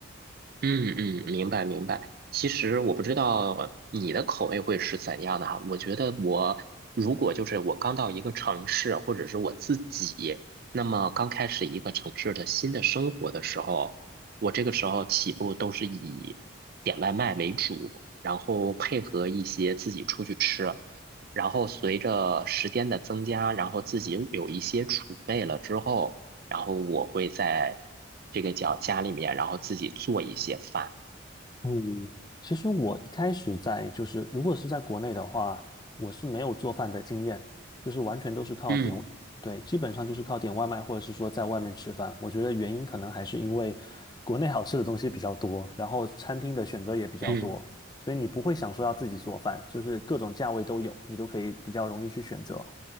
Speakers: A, on the right (about 45°); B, on the left (about 20°).
A: 嗯嗯，明白明白。其实我不知道你的口味会是怎样的哈。我觉得我如果就是我刚到一个城市，或者是我自己，那么刚开始一个城市的新的生活的时候，我这个时候起步都是以点外卖为主，然后配合一些自己出去吃。然后随着时间的增加，然后自己有一些储备了之后。然后我会在这个叫家里面，然后自己做一些饭。
B: 嗯，其实我一开始在就是，如果是在国内的话，我是没有做饭的经验，就是完全都是靠点，
A: 嗯
B: 对，基本上就是靠点外卖或者是说在外面吃饭。我觉得原因可能还是因为国内好吃的东西比较多，然后餐厅的选择也比较多，
A: 嗯
B: 所以你不会想说要自己做饭，就是各种价位都有，你都可以比较容易去选择。